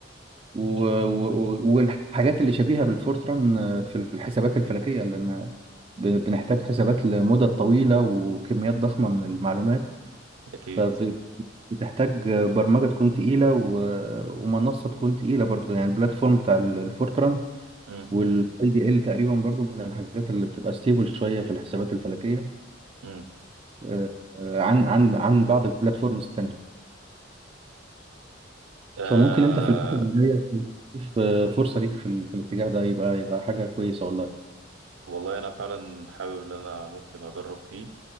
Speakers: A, on the right (about 30°); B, on the right (about 85°).
A: و- و- و- والحاجات اللي شبيهة بالفورتران آه، في الحسابات الفلكية لأن ب- بنحتاج حسابات لمدة طويلة وكميات ضخمة من المعلومات
B: اكيد
A: فبتحتاج برمجة تكون تقيلة و- ومنصة تكون تقيلة برضو يعني البلاتفورم بتاع ال- الفورتران
B: امم
A: والاي دي ال تقريبا برضو من الحاجات اللي بتبقى ستيبل شوية في الحسابات الفلكية
B: امم
A: آه، آه، عن عن عن بعض البلاتفورمز التانية
B: آه
A: فممكن انت في الفترة الجاية تشوف آه، فرصة ليك في ال- في الاتجاه ده يبقى يبقى حاجة كويسة والله
B: والله انا فعلا حابب ان انا ممكن اجرب فيه